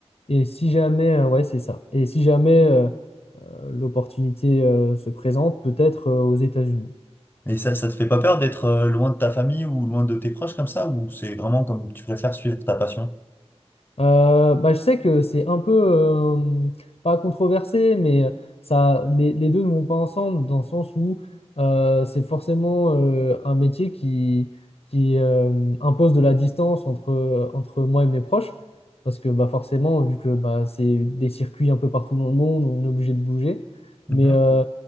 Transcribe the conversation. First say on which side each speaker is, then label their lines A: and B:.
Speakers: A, on the left (about 60°); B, on the left (about 20°).
A: et si jamais, euh, ouais, c'est ça. Et si jamais euh, euh, l'opportunité euh, se présente, peut-être euh, aux États-Unis.
B: Et ça, ça te fait pas peur d'être euh, loin de ta famille ou loin de tes proches comme ça, ou c'est vraiment comme tu préfères suivre ta passion?
A: Euh, bah, je sais que c'est un peu, euh, pas controversé, mais ça, les, les deux ne vont pas ensemble dans le sens où euh, c'est forcément euh, un métier qui, qui euh, impose de la distance entre, entre moi et mes proches. Parce que bah, forcément, vu que bah, c'est des circuits un peu partout dans le monde, on est obligé de bouger.
B: Mhm.
A: Mais euh,